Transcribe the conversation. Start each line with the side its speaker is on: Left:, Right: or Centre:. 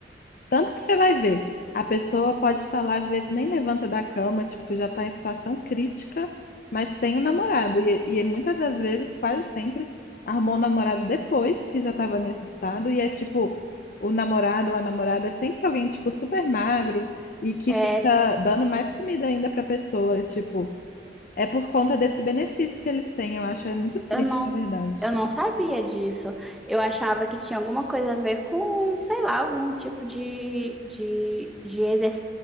Left: tanto que você vai ver, a pessoa pode estar lá, às vezes nem levanta da cama, tipo, já está em situação crítica, mas tem um namorado. E, e muitas das vezes, quase sempre, arrumou um namorado depois que já estava nesse estado. E é tipo, o namorado ou a namorada é sempre alguém, tipo, super magro e que
Centre: é,
Left: fica dando mais comida ainda para a pessoa. Tipo, é por conta desse benefício que eles têm. Eu acho, é muito triste,
Centre: Eu não,
Left: na verdade.
Centre: eu não sabia disso. Eu achava que tinha alguma coisa a ver com, sei lá, algum tipo de, de, de exer-